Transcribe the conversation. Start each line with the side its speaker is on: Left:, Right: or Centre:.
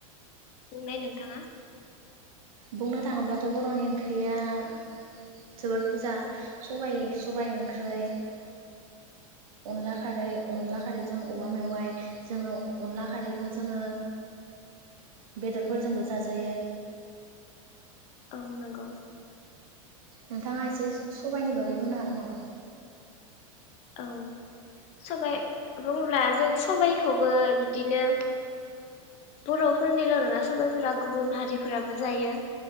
Left: बुंनाय नोंथाङा
Right: बुंनो थाङोब्लाथ' बर'नि ओंख्रिया जोबोर बुरजा सबाय सबायाइ ओंख्रि अनला खारै अनला खारैजों औवा मेवाइ जोङो अनला खारैखौ जोङो बेदरफोरजोंबो जाजायो।
Left: औ नंगौ।
Right: नोंथाङा एसे सबायाइनि बागै बुंनो हागोन नामा?
Left: औ सबाइ बुंब्ला जों सबाइखौबो बिदिनो बर'फोरनिल' नङा सबाइफोरा गुबुन हारिफोराबो जायो।